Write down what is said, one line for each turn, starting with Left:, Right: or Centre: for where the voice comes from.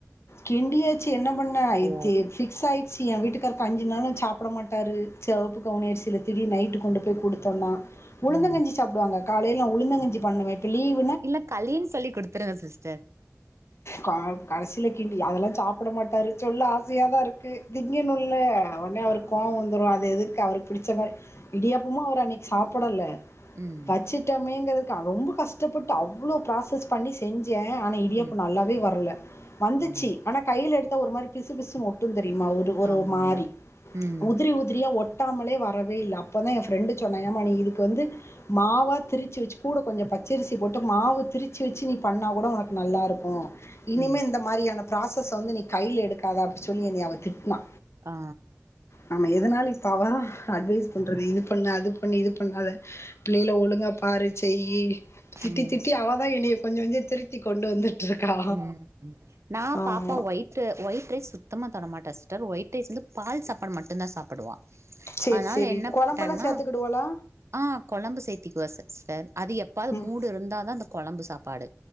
Left: கிண்டியாச்சு என்ன பண்ண <unintelligible>
Right: ஓ
Left: பிக்ஸ் ஆச்சு எ வீட்டுக்காரு கஞ்சி நாளு சாப்ட மாட்டாரு கவுனி அரிசில தீடீர்னு நைட்டு கொண்டு போய் குடுத்தோன உளுந்தங்கஞ்சி
Right: ம்
Left: சாப் டுவாங்க காலைல உளுந்தங்கஞ்சி பண்ணுவ இப்ப லீவ்
Right: இல்ல களின் சொல்லி குடுத்துருங்க சிஸ்டர்
Left: கா கடைசில கின்டி அதெல்லா சாப்ட மாட்டாரு சொல்ல ஆசயாதா இருக்கு திங்கனுல்ல உனே அவருக்கு
Right: ஆமா
Left: கோவ வந்துரு அது எதுக்கு அவரு புடிச்ச மாரி இடியாப்பமு அவர் அன்னைக்கு சாப்டல
Right: ம்
Left: வச்சுட்டமேங்கிறது ரொம்ப கஷ்டப்பட்டு அவ்ளோ ப்ராசஸ் பண்ணி செஞ்சே ஆனா இடியாப்ப
Right: ம்
Left: நல்லாவே வரல வந்துச்சு
Right: ம்
Left: ஆனா கைல எடுத்தா ஒரு மாரி பிசு பிசுனு ஒட்டு தெரியுமா ஒரு ஒரு
Right: ஆமா
Left: மாரி
Right: ஆமா ம்
Left: உதிரி உதிரியா ஒட் ட்டாமலே வரவே இல்ல அப்போதா எ ஃப்ரெண்டு சொன்னா ஏம்மா நீ இதுக்கு வந்து மாவா திரிச்சு வச்சு கூட கொஞ்சோ பச்சரிசி போட்டு மாவு திரிச்சு வச்சு நீ பண்ணா கூட உனக்கு நல்லாருக்கு இனிமே
Right: ம்
Left: இந்த மாரியான ப்ராசஸ்ஸ வந்து நீ கைல எடுக்காத அப்டி சொல்லி என்னைய அவ திட்னா
Right: ஆ
Left: நாம எதுனால பாவா அட்வைஸ் பண்றது இது பண்ணு அது பண்ணு இது பண்ணாத பிள்ளைகல ஒழுங்க பாரு செய்யி திட்டி
Right: ம்
Left: திட்டி அவதா என்னைய கொஞ்சோ கொஞ்சோ திருத்தி கொண்டு வந்துட்டு இருக்கா
Right: ம் நா
Left: ஆமா
Right: பாப்பா ஒயிட் ரைஸ் சுத்தமா தொடமாட்ட சிஸ்டர் ஒயிட் ரைஸ் வந்து பால் சாப்பாடு மட்டு தா சாப்புடுவா
Left: சரி
Right: அதனால
Left: சரி
Right: என்ன
Left: குழம்பெல்லாம்
Right: ட்டன
Left: சேர்த்துக்கிடுவாளா
Right: அ கொழம்பு சேர்த்திக்குவ சிஸ்டர் அது எப்பாவது
Left: ம்
Right: மூடு இருந்தாதா அந்த கொழம்பு சாப்பாடு